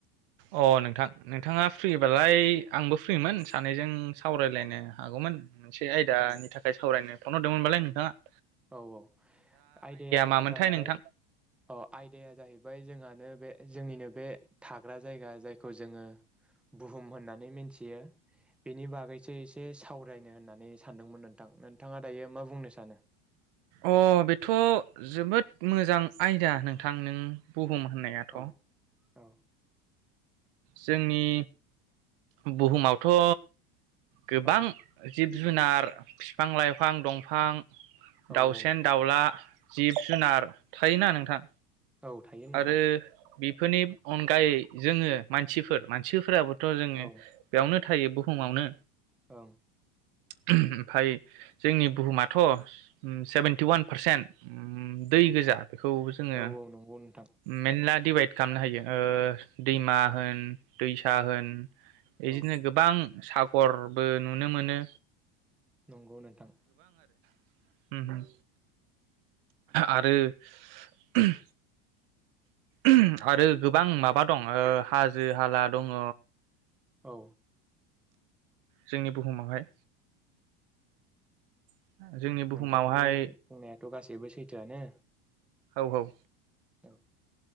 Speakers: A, on the right; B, in the centre.
A: अ नोंथां नोंथाङा फ्रिबालाय आंबो फ्रिमोन सानैजों सावरायलायनो
B: औ
A: हागौमोन मोनसे आयदानि
B: औ
A: थाखाय सावरायनो फन हरदोंमोनबालाय नोंथांङा
B: औ औ आयदाया
A: मामोनथाय
B: जाहैबाय
A: नोंथां
B: औ आयदाया जाहैबाय जोंहानो बे जोंनिनो बे थाग्रा जायगा जायखौ जोंङो बुहुम होननानै मिथियो बेनि बागैसो एसे सावरायनो होननानै सानदोंमोन नोंथां नोंथाङा दायो मा बुंनो सानो
A: अ बेथ जोबोद मोजां आयदा नोंथां नों बुहुम होननायाथ
B: औ औ
A: जोंनि बुहुमावथ' गोबां
B: औ
A: जिब जु जुनार, बिफां-लाइफां, दंफां
B: औ
A: दाउसेन-दाउला
B: औ
A: जिब-जुनार थायोना नोंथां।
B: औ थायो नोंथां।
A: आरो बेफोरनि अनगायै जोङो मानसिफोर मानसिफोराबो थ जोङो
B: ओं
A: बेयावनो थायो बुहुमावनो।
B: औ।
A: ओहोम ओमफाय जोंनि बुहुमाथ' um seventy one percent um दै
B: औ
A: गोजा बेखौ
B: औ
A: जोङो
B: नंगौ नोंथां
A: मेनला डिभाइद खालामनो हायो ओ दैमा होन, दैसा होन इदिनो
B: औ
A: गोबां साग गरबो नुनो मोनो।
B: नंगौ नोंथां।
A: उम उम ओहोम आरो ओहोम ओहोम आरो गोबां माबा दं ओ हाजो हाला दङ
B: औ।
A: जोंनि बुहुमावहाय। <inaudible> बुहुमावहाय
B: नोंथांनि बुंनाया थ' गासैबो सैथोआनो।
A: औ औ।
B: औ।